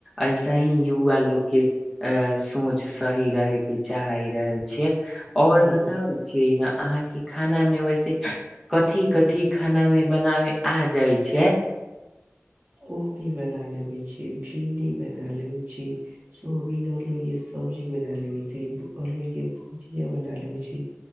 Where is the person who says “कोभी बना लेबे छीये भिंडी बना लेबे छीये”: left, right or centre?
Right